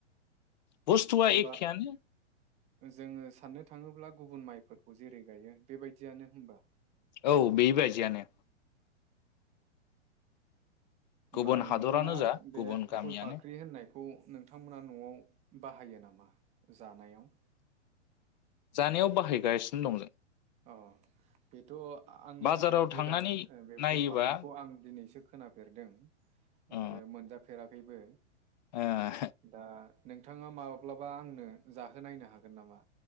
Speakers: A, on the left; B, on the right.
A: बुस्थुआ
B: होमबा
A: एखेयानो
B: जोङो साननो थाङोब्ला गुबुन माइफोरखौ जेरै गायो बेबायदियानो होमबा?
A: औ बेबायदियानो
B: होमबा
A: गुबुन
B: नोंथाङा
A: हादरानो जा गुबुन
B: बे
A: गामियानो
B: फुल फाख्रि होननाय खौ नोंथांमोना न'आव बाहायो नामा जानायाव?
A: जानायाव बाहायगासिनो दं जों
B: औ बेथ' आंनि
A: बाजाराव
B: थाखाय गोदान
A: थांनानै
B: बे
A: नायोबा
B: फुल फाख्रिखौ आं दिनैसो खोनाफेरदों
A: ओ
B: आरो मोनजाफेराखैबो
A: ओ
B: दा नोंथाङा माब्लाबा आंनो जाहोनायनो हागोन नामा?